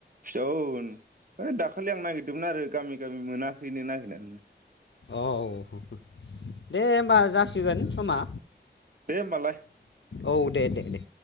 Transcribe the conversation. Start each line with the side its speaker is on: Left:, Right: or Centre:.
Right: फिसौ ओ दाखालि आं नागिरदोंमोन आरो गामि गामि मोनाखैनो नागिरनानैनो
Left: अ औ दे होमबा जासिगोन समा
Right: दे होमबालाय
Left: औ दे दे दे